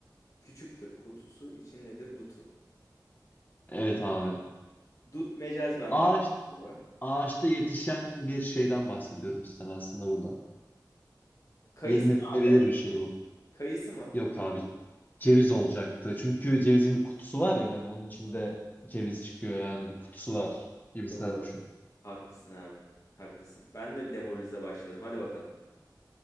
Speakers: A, on the left; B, on the left.
A: Küçüktür kutusu içindedir dutu.
B: Evet abi.
A: Dut mecaz bir anlam
B: Ağaç,
A: galiba.
B: ağaçta yetişen bir şeyden bahsediyorum sana aslında burada.
A: Kayısı
B: Yenilebilir
A: mı abi?
B: bir şey bu.
A: Kayısı mı?
B: Yok abi ceviz olacaktı. Çünkü cevizin bir kutusu var ya hani onun içinde
A: Aa,
B: ceviz çıkıyor yani bir kutusu var gibisinden
A: Doğru.
B: düşün.
A: Haklısın abi. Haklısın. Ben de bir demoralize başladım. Hadi bakalım.